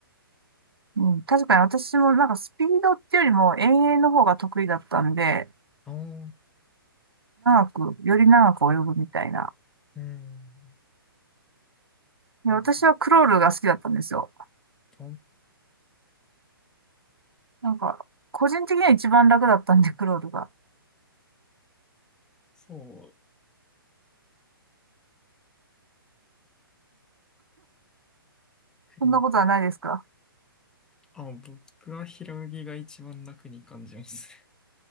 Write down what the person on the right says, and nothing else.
うん、確かに私もなんかスピードっていうよりも遠泳の方が得意だったんで、
長く、より長く泳ぐみたいな。
で、
私はクロールが好きだったんですよ。
なんか、個人的には一番楽だったんで、クロールが。
そんなことはないですか